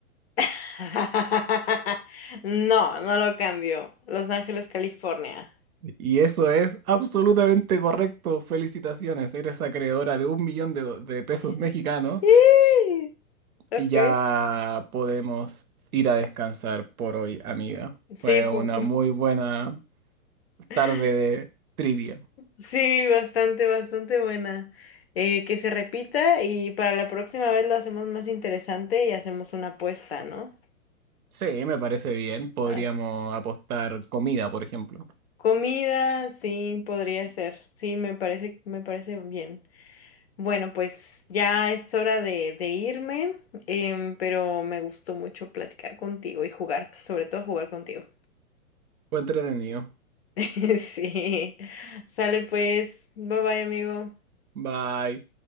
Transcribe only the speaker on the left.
<laughs> No, no lo cambio. Los Ángeles, California.
Eh,
¡ih! Ok.
Sí,
pues.
<laughs>
Sí, bastante, bastante buena. Eh, que se repita y para la próxima vez lo hacemos más interesante y hacemos una apuesta, ¿no?
Haz-
comida, sí, podría ser. Sí, me parece, me parece bien. Bueno, pues ya es hora de, de irme, em, pero me gustó mucho platicar contigo y jugar, sobre todo jugar contigo.
<laughs> Sí. Sale pues. Bye bye, amigo.